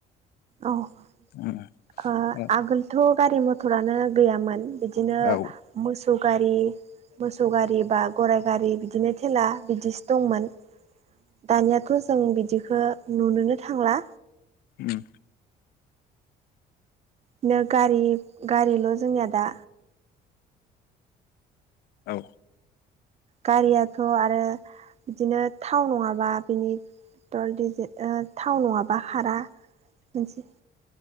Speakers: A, on the right; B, on the left.
A: औ ओ
B: औ औ
A: आगोलथ' गारि मथरानो गैयामोन। बिदिनो
B: औ
A: मोसौ गारि मोसौ गारि बा गराय गारि बिदिनो थेला बिदिनो दंमोन दानियाथ' जों बिदि खो नुनोनो थांला
B: उम
A: बिनो गारि गारिल' जोंनिया दा
B: औ
A: गारियाथ' आरो बिदिनो थाव नङाबा बिनि टल डिजे ओ थाव नङाबा खारा मोनसे